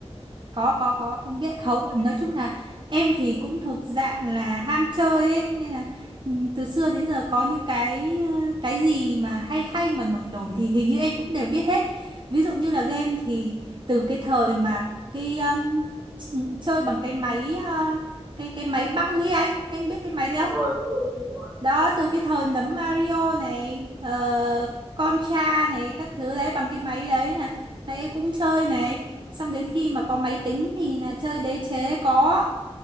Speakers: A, on the right; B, on the right.
A: có có có em biết hậu nói chung là em thì cũng thuộc dạng là ham chơi ấy nên là ừ, từ xưa đến giờ có những cái ờ, cái gì mà hay hay mà nổi nổi thì hình như em cũng đều biết hết ví dụ như là game thì từ cái thời mà cái um, ch- chơi bằng cái máy ờ, cái cái máy băng ấy anh anh biết cái máy đấy
B: đúng
A: không
B: rồi đúng rồi đúng rồi
A: đó từ cái thời nấm Mario này ờ, Contra này các thứ đấy bằng cái máy đấy là là em cũng chơi này xong đến khi mà có máy tính thì là chơi đế chế có